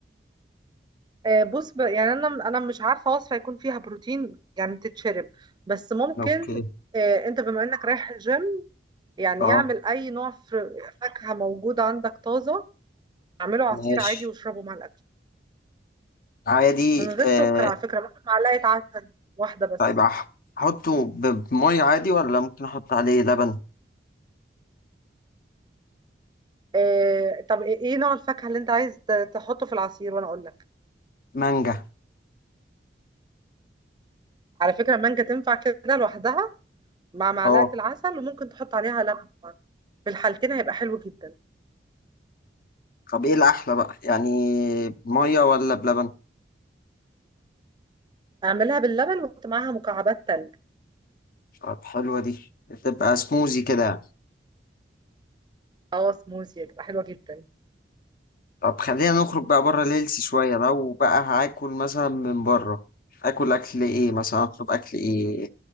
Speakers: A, on the right; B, on the left.
A: آه، بص ب... يعني انا انا مش عارفه وصفه يكون فيها بروتين يعني تتشرب بس ممكن
B: اوكي
A: آه، انت بما انك رايح الجيم يعني
B: اه
A: اعمل اي نوع فر- فاكهه موجود عندك طازه اعمله عصير
B: ماشي
A: عادي واشربه مع الاكل
B: عادي
A: من غير
B: آه،
A: سكر على فكره ممكن معلقه عسل واحده بس
B: طيب أح- احطه ب- بمية عادي ولا ممكن احط عليه لبن
A: آه، طب ايه إيه نوع الفاكهه اللي انت عايز ت- تحطه في العصير وانا اقول لك
B: مانجا
A: على فكره المانجا تنفع كده لوحدها مع معلقه
B: اه
A: العسل وممكن تحط عليها لبن طبعا في الحالتين هيبقى حلو جدا
B: طب ايه الاحلى بقى يعني بميه ولا بلبن
A: اعملها باللبن وحط معاها مكعبات تلج
B: طب حلوه دي تبقى سموزي كده يعني.
A: اه سموزي هتبقى حلوة جدا
B: طب خلينا نخرج بقى بره الهيلثي شويه لو بقى هاكل مثلا من بره اكل اكل ايه مثلا اطلب اكل ايه